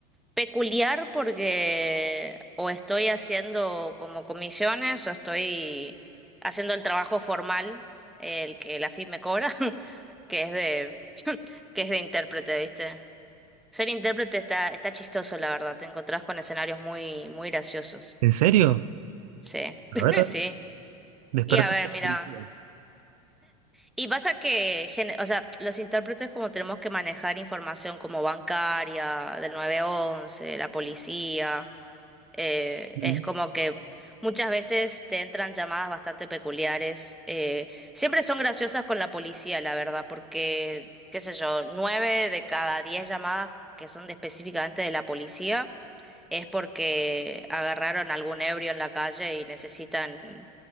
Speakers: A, in the centre; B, on the right.
A: peculiar porque o estoy haciendo como comisiones o estoy haciendo el trabajo formal, el que la FIP me cobra, <laughs> que es de, que es de intérprete, ¿viste? Ser intérprete está, está chistoso, la verdad. Te encontrás con escenarios muy, muy graciosos.
B: ¿En serio?
A: Sí, <laughs>
B: A ver, a
A: sí.
B: ver, despertaste
A: Y a ver,
B: la
A: mira.
B: curiosidad.
A: Y pasa que, gen- o sea, los intérpretes como tenemos que manejar información como bancaria, del nueve once la policía, eh,
B: Mm,
A: es como que muchas veces te entran llamadas bastante peculiares. eh, siempre son graciosas con la policía, la verdad, porque, qué sé yo, nueve de cada diez llamadas que son de- específicamente de la policía es porque agarraron algún ebrio en la calle y necesitan,